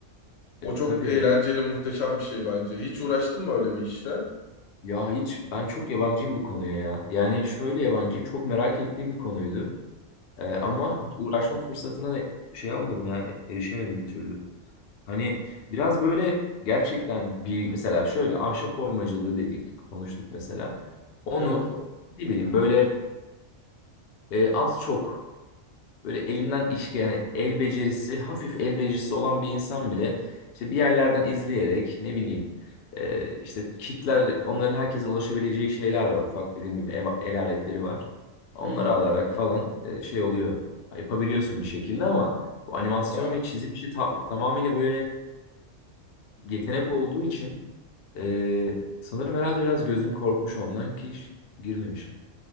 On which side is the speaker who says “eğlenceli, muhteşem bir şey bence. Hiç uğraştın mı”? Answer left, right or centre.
Left